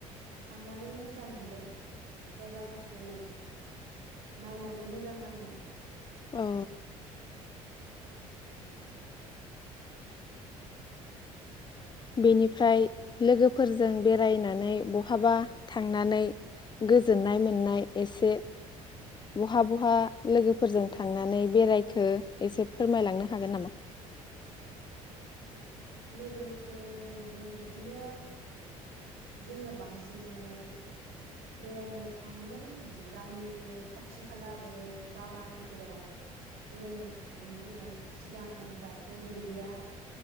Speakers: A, on the right; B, on the left.
A: थांनानै मोजां मोनदों जायगाफोरखौ नायनानै मोजां नाङो।
B: औ बेनिफ्राय लोगोफोरजों बेरायनानै बहाबा थांनानै गोजोननाय मोननाय एसे बहा बहा लोगोफोरजों थांनानै बेरायखो एसे फोरमायलांनो हागोन नामा?
A: लोगोफोरजों बिदिनो जोङो बांसिनै बेरायनो थाङोमोन गामिनिनो खाथि खाला बे बागानफोराव बेरायनो थाङोमोन जोङो सिगाङो दाथ' गैलिया।